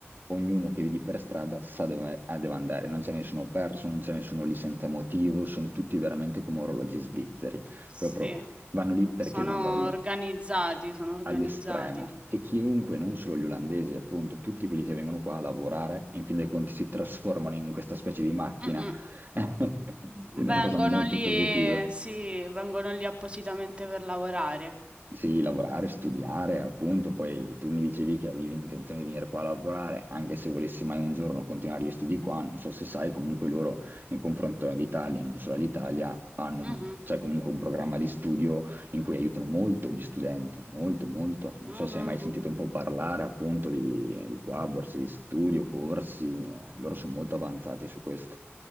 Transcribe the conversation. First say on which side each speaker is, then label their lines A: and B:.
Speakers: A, on the right; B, on the right.
A: ognuno che vedi per strada sa dove, ah, deve andare, non c'è nessuno perso, non c'è nessuno lì senza motivo, sono tutti veramente come orologi svizzeri,
B: sì.
A: proprio vanno lì perché
B: Sono
A: devono andare lì
B: organizzati, sono organizzati.
A: all'estremo e chiunque, non solo gli olandesi, appunto, tutti quelli che vengono qua a lavorare, in fin dei conti si trasformano in questa specie di macchina.
B: Mh-mh.
A: <laughs> Quindi è una
B: Vengono
A: cosa molto
B: lì
A: positiva.
B: sì, vengono lì appositamente per lavorare.
A: Sì, lavorare, studiare, appunto, poi che tu mi dicevi che avevi intenzione di venire qua a lavorare, anche se volessi mai un giorno continuare gli studi qua, non so se sai, comunque loro in confronto all'Italia, e non solo all'Italia, hanno
B: Mh-mh.
A: un- c'è comunque un programma di studio in cui aiutano molto gli studenti, molto, molto. Non
B: Mh-mh-mh.
A: so se hai mai sentito un po' parlare appunto di, di qua, borse di studio, corsi, eh, loro sono molto avanzati su questo.